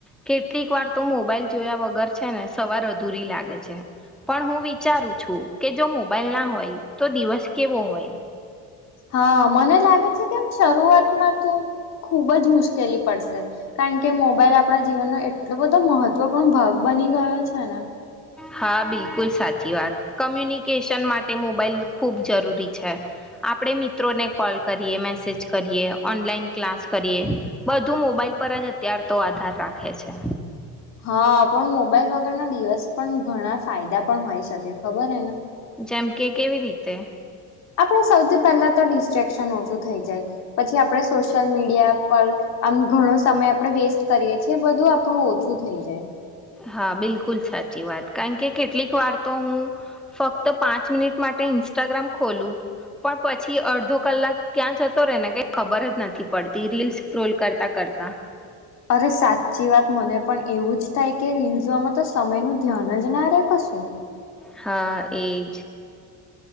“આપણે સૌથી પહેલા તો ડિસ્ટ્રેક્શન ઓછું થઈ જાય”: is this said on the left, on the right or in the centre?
Left